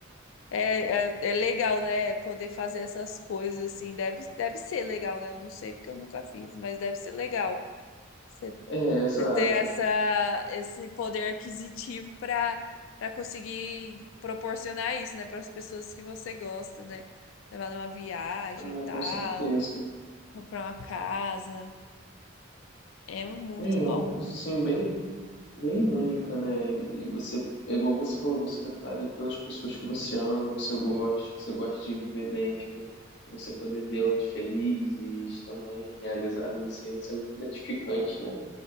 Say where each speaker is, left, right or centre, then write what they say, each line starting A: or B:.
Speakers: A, on the left; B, on the left.
A: É, é, é legal, né? Poder fazer essas coisas assim. Deve, deve ser legal, né? Eu não sei porque eu nunca fiz, mas deve ser legal. Você
B: É, exato.
A: você ter essa, esse poder aquisitivo para para conseguir proporcionar isso, né? Para as pessoas que você gosta, né? Levar numa viagem
B: Ah,
A: e tal,
B: com certeza.
A: comprar uma casa. É muito
B: E É
A: bom.
B: uma coisa assim, bem. bem única, né? E você, é igual você falou, você tá ali pelas pessoas que você ama, que você gosta, que você gosta de ver bem, tipo, você poder vê-las felizes também, realizadas, assim, isso é muito gratificante, né?